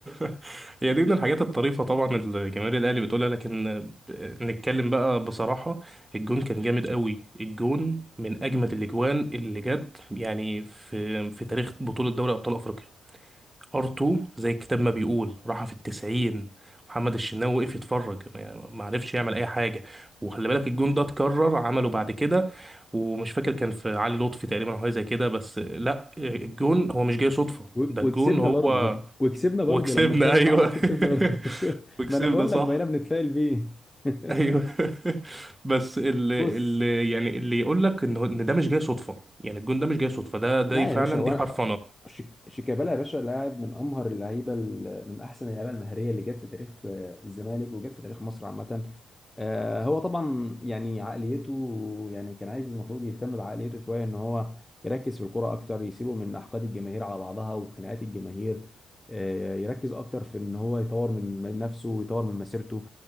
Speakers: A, on the right; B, on the left.
A: <laughs> هي دي من الحاجات الطريفه طبعا اللي جماهير الاهلي بتقولها لكن ب- نتكلم بقى بصراحه الجون كان جامد قوي الجون من اجمد الاجوان اللي جت يعني في في تاريخ بطوله دوري ابطال افريقيا ار2 زي الكتاب ما بيقول راحه في التسعين محمد الشناوي وقف يتفرج يعني ما عرفش يعمل اي حاجه وخلي بالك الجون ده اتكرر عمله بعد كده ومش فاكر كان في علي لطفي تقريبا او حاجه زي كده بس لا الجون هو مش جاي صدفه
B: و-
A: ده الجون
B: وكسبنا
A: هو
B: برضه وك- وكسبنا برضه
A: وكسبنا
B: لما كرر
A: ايوه
B: فعلت كسبنا برضه <laughs>
A: <laughs> وكسبنا
B: ما انا بقول
A: صح
B: لك بقينا بنتفائل بيه <laughs>
A: ايوه <laughs> بس اللي,
B: بص
A: اللي يعني اللي يقول لك ان هو- ان ده مش جاي صدفه يعني الجون ده مش جاي صدفه ده ده
B: لا
A: فعلا
B: يا باشا هو
A: دي حرفنه
B: أنا- شيك- شيكابالا يا باشا لاعب من امهر اللعيبه ال- من احسن اللعيبه المهريه اللي جت في تاريخ آه، الزمالك وجت في تاريخ مصر عامه آه، هو طبعا يعني عقليته يعني كان عايز المفروض يهتم بعقليته شويه ان هو يركز في الكرة اكتر يسيبه من احقاد الجماهير على بعضها وخناقات الجماهير آه، يركز اكتر في ان هو يطور من نفسه ويطور من مسيرته